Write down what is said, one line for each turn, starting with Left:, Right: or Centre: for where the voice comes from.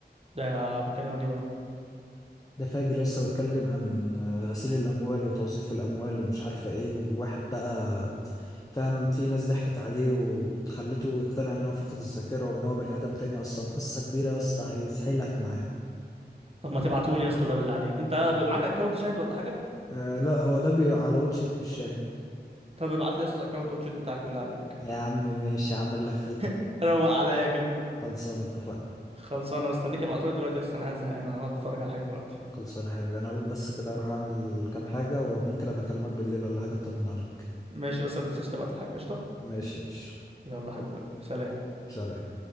Right: ده بيتكلم عن ايه بقى
Left: ده فاجر يسطا بيتكلم عن غسيل الأموال وتوظيف الأموال ومش عارفة إيه وواحد بقى فاهم في ناس ضحكت عليه وخلته يقتنع إن هو فقد الذاكرة وإن هو بني آدم تاني أصلا قصة كبيرة يا اسطى هيسحلك معاه
Right: طب ما تبعتهولي يا اسطى ده بالله عليك انت معاك اكونت شاهد ولا حاجه
Left: آه لا هو ده بي على واتشت مش شاهد
Right: طب ابعت لي يا اسطى اكونت واتشيت بتاعك بالله عليك
Left: يا عم ماشي عامل لك خدمة
Right: <laughs> روق عليا كده
Left: خلصان اتفقنا
Right: خلصان انا مستنيك ابقى دلوقتي اصلا قاعد زهقان انا هقعد اتفرج على حاجه دلوقتي
Left: خلصانة يا حبيبي أنا هقوم بس كده أروح أعمل كام حاجة وممكن أبقى أكلمك بالليل ولا حاجة أطمن عليك
Right: ماشي بس ما تنساش تبعت الحاجه قشطه
Left: ماشي يا باشا
Right: يلا حبيب قلبي سلام
Left: سلام